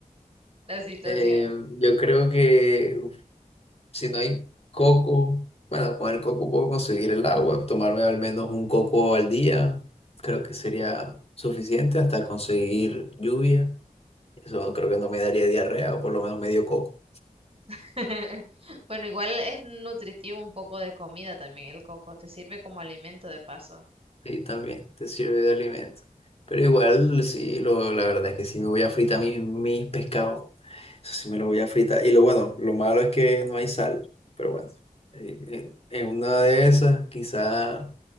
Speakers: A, on the right; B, on the left.
A: la situación.
B: Eh, yo creo que uf, si no hay coco, bueno, con el coco puedo conseguir el agua, tomarme al menos un coco al día, creo que sería suficiente hasta conseguir lluvia. Eso creo que no me daría diarrea, o por lo menos medio coco.
A: <laughs> Bueno, igual es nutritivo un poco de comida también el coco, te sirve como alimento de paso.
B: Sí, también te sirve de alimento. Pero igual, sí, lo, la verdad es que sí me voy a fritar mi- mis pescados. Eso sí me lo voy a fritar. Y lo bueno, lo malo es que no hay sal. Pero bueno, eh, en, en una de esas quizá